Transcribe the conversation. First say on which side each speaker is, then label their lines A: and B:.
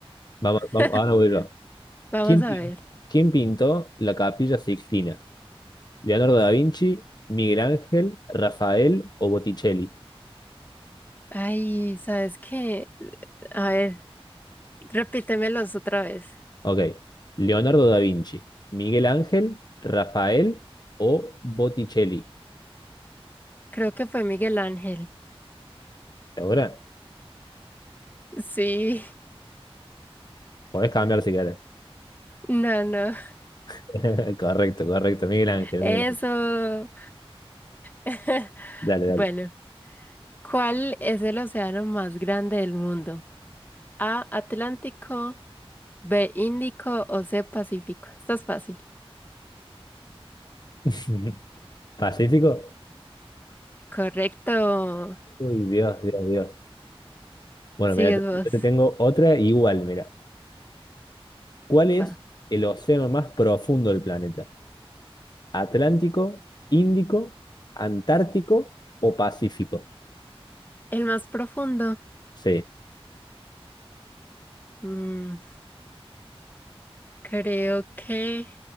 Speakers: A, on the left; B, on the left.
A: Vamos, vamos,
B: <laughs>
A: ahora voy yo.
B: Vamos
A: ¿Quién,
B: a
A: pin-
B: ver.
A: quién pintó la Capilla Sixtina? ¿Leonardo da Vinci, Miguel Ángel, Rafael o Botticelli?
B: Ay, ¿sabes qué? A ver, repítemelos otra vez.
A: Ok. Leonardo da Vinci, Miguel Ángel, Rafael o Botticelli.
B: Creo que fue Miguel Ángel.
A: ¿Ahora?
B: Sí,
A: Podés cambiar si querés.
B: <laughs> no, no.
A: <laughs> Correcto, correcto. Miguel Ángel,
B: Eso.
A: Miguel Ángel.
B: <laughs>
A: Dale, dale.
B: Bueno, ¿cuál es el océano más grande del mundo? A, Atlántico, B, Índico o C, Pacífico. Estás fácil.
A: <laughs> ¿Pacífico?
B: Correcto.
A: Uy, Dios, Dios, Dios. Bueno,
B: Sigues
A: mira, yo
B: vos.
A: te tengo otra igual, mira. ¿Cuál
B: Va.
A: es el océano más profundo del planeta? ¿Atlántico, Índico, Antártico o Pacífico?
B: El más profundo.
A: Sí,
B: Mm, creo que...